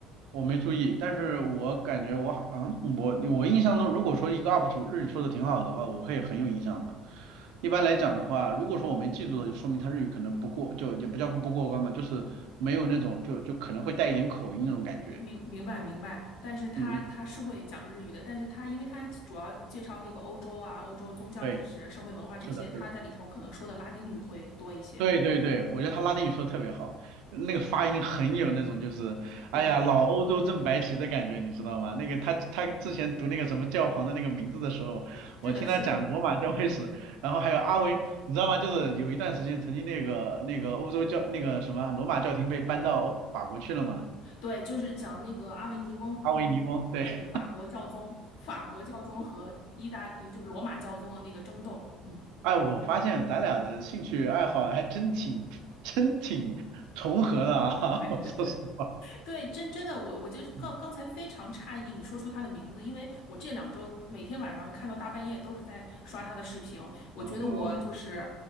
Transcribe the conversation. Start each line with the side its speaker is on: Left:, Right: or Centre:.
Right: 我没注意，但是我感觉我好，嗯，我我印象中，如果说一个 UP 主日语说的挺好的话，我会很有印象的。一般来讲的话，如果说我没记住的，就说明他日语可能不过，就也不叫不过关嘛，就是没有那种就就可能会带一点口音那种感觉。
Left: 明明明白明白，但是他他是会讲日语的，
Right: 嗯嗯，
Left: 但是他因为他主要介绍那个欧洲啊、欧洲宗教历史、
Right: 对，
Left: 社会文化这些，
Right: 是的，
Left: 他在里头可能说的拉丁语会多一些。
Right: 是的。对对对，我觉得他拉丁语说的特别好，那个发音很有那种就是，哎呀，
Left: 对，
Right: 老欧洲正白旗的感觉，你知道吗？那个他他之前读那个什么教皇的那个名字的时候，我听他讲罗马教会史，
Left: 是的，是的。
Right: 然后还有阿维，你知道吗？就是有一段时间曾经那个那个欧洲教那个什么罗马教廷被搬到欧法国去了嘛，
Left: 对，就是讲那个阿维尼翁，
Right: 阿维尼翁，对，
Left: 对，法国教宗，法国教宗和意大利就罗马教宗的那个争斗，嗯。
Right: 哎，我发现咱俩的兴趣爱好还真挺真挺重合的啊，
Left: <laughs>
Right: <laughs> 我说实话，
Left: 对，真真的，我我就是刚刚才非常诧异你说出他的名字，
Right: 嗯，
Left: 因为我这两周每天晚上看到大半夜都是在刷他的视频。我觉得我就是
Right: 哦，